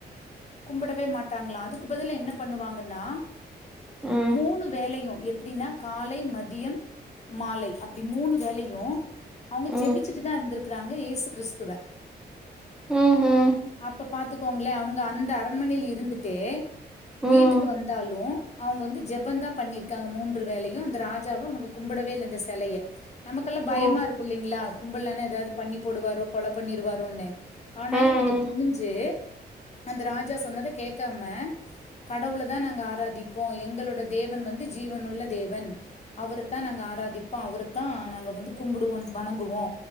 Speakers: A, on the left; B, in the centre.
A: கும்பிடவே மாட்டாங்களா அதுக்கு பதில என்ன பண்ணுவாங்கன்னா
B: ம்
A: மூணு வேலையு எப்டின்னா காலை மதியம் மாலை அப்டி மூணு வேலையு அவங்க
B: ம்
A: ஜெபிச்சுட்டுதா இருந்திருக்குறாங்க யேசு கிறிஸ்துவ
B: ம்ஹு
A: அப்ப பாத்துக்கோங்களே அவங்க அந்த அரண்மனைல இருந்துட்டே
B: ம்
A: வீட்டுக்கு வந்தாலு அவங்க வந்து ஜெப தா பண்ணிரு காங்க மூன்று வேலையு அந்த ராஜாவா அவங்க கும்பிடவே இல்ல இந்த செலயை நமக்கெல்லா பயமா
B: ஓ
A: இருக்கு இல்லைங்களா கும்பலனா ஏதாவது பண்ணி போடுவாரோ கொலை பண்ணிருவாரோன்னு ஆனாலு
B: ம்
A: இவங்க துணிஞ்சி அந்த ராஜா சொன்னத கேக்காம கடவுளதா நாங்க ஆராதிப்போ எங்களோட தேவன் வந்து ஜீவனுள்ள தேவன் அவரத்தா நாங்க ஆராதிப்போ அவரத்தா நாங்க வந்து கும்பிடுவோ வணங்குவோ